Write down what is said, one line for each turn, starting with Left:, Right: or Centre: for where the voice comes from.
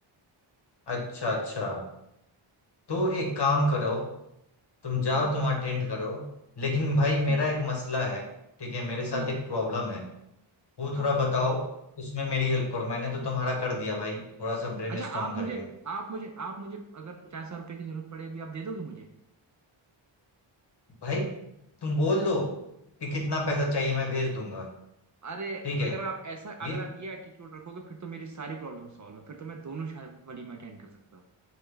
Left: अच्छा अच्छा तो एक काम करो तुम
Right: जी
Left: जाओ तुम अटेंड करो लेकिन भाई
Right: जी
Left: मेरा एक मसला है ठीक है मेरे साथ
Right: जी जी
Left: एक प्रॉब्लम है वो
Right: हाँ
Left: थोड़ा
Right: हाँ
Left: बताओ इसमें मेरी हेल्प करो मैंने तो तुम्हारा कर दिया भाई थोड़ा सा ब्रेन
Right: अच्छा
Left: स्टॉर्म
Right: आप मुझे
Left: करके
Right: आप मुझे आप मुझे अगर पचास हजार रुपये की जरूरत पड़े अभी आप दे दोगे मुझे
Left: भाई तुम बोल दो कि कितना पैसा चाहिए मैं भेज दूंगा
Right: अरे
Left: ठीक है
Right: अगर आप ऐसा
Left: ये
Right: अगर आप ये एटीट्यूड रखोगे फिर तो मेरी सारी प्रॉब्लम सॉल्व है फिर तो मैं दोनों शादी वलीमे अटेंड कर सकता हूँ